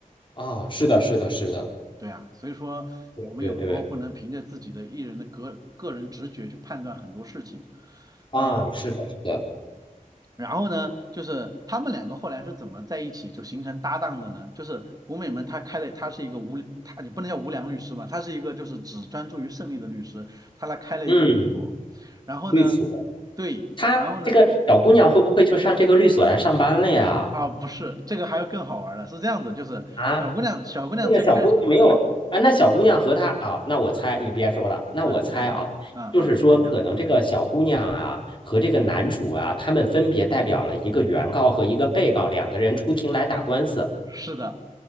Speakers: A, on the left; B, on the right.
A: 啊，是的，是的，是的，
B: 对啊，所以说我们有时候不能凭着自己的艺人的个个人直觉去判断很多事情，
A: 对对啊，
B: 呃，
A: 是的，是的，
B: 然后呢，就是他们两个后来是怎么在一起就形成搭档的呢？就是古美门他开了，他是一个无，他你不能叫无良律师吧，他是一个就是只专注于胜利的律师，他来开了一个律所。
A: 嗯，
B: 然后呢，
A: 律所，
B: 对，
A: 她这个小姑娘会不会就上这个律所来上班了呀？
B: 然后呢，啊不是，这个还有更好玩儿的，是这样子，就是小姑娘小姑娘最开始
A: 啊？那个小姑娘没有，哎，那小姑娘和她啊，那我猜你别说了，那我猜啊，
B: 啊，你猜一下，啊啊，
A: 就是说可能这个小姑娘啊和这个男主啊，
B: 猜一下，
A: 他们分别代表了一个原告和一个被告两个人出庭来打官司。
B: 是的。